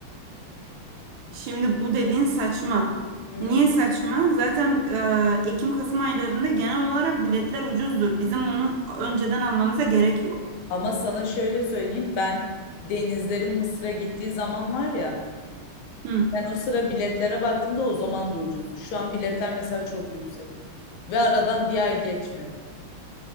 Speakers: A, on the right; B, on the left.
A: Şimdi bu dediğin saçma.
B: Niye?
A: Niye saçma? Zaten e, Ekim-Kasım aylarında genel olarak biletler ucuzdur. Bizim onu önceden almamıza gerek yok.
B: Ama sana şöyle söyleyeyim ben denizlerin Mısır'a gittiği zaman var ya
A: Hı.
B: Ben o sıra biletlere baktığımda o zaman da ucuzdu. Şu an biletler mesela çok yüksek. Ve aradan bir ay geçmedi.